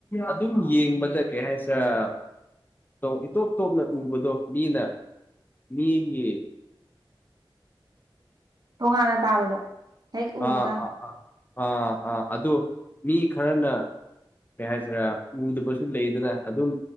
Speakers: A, on the left; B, on the right.
A: ꯑꯗꯨꯝ ꯌꯦꯡ ꯕꯗ ꯀꯩ ꯍꯥꯏꯁꯤꯔ <unintelligible> ꯏꯇꯣꯞ ꯇꯣꯞꯅ ꯎꯕꯗꯣ ꯃꯤꯅ ꯃꯤꯒꯤ
B: ꯇꯣꯉꯥꯟꯅ ꯇꯥꯕꯗꯣ ꯍꯦꯛ ꯎꯕ
A: <unintelligible>
B: ꯀꯥꯟꯗ
A: ꯑꯗꫭ ꯃꯤ ꯈꯔꯅ ꯀꯩ ꯍꯥꯏꯁꯤꯔ ꯎꯗꯕꯁꯨ ꯂꯩꯗꯅ ꯑꯗꯨꯝ